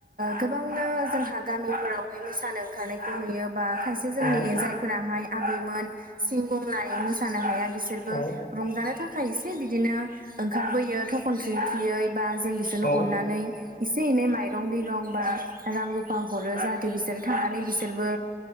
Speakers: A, on the right; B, on the left.
A: गोबांनो जोंहा गामिफोरावहाय मोसानो ओंखारनायखौ नुयो बा खायसे जोंनि
B: औ
A: जायफोराहाय आबैमोन सिं गंनाबो मोसानो हाया बिसोरबो
B: औ
A: रंजानो थाखाय एसे बिदिनो ओंखारबोयो थखन थुयै थुयै बा जों बिसोरनो
B: औ
A: अननानै एसे एनै माइरं दैरं बा रां रुफा हरो बिसोरो थांनानै बिसोरबो